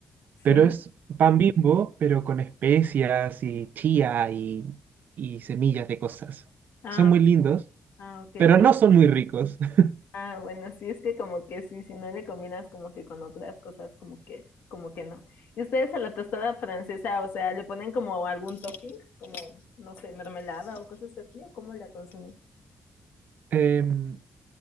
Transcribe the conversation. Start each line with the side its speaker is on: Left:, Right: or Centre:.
Left: Sí.
Right: pero es pan Bimbo, pero con especias y chía y, y semillas de cosas.
Left: Ah,
Right: Son muy lindos
Left: ah, ok.
Right: Pero
Left: el-
Right: no son muy ricos. <laughs>
Left: ah, bueno, sí, es que como que sí, si no le combinas como que con otras cosas, como que, como que no. ¿Y ustedes a la tostada francesa, o sea, le ponen como algún topping, como, no sé, mermelada o cosas así, o cómo la consumen?
Right: Em,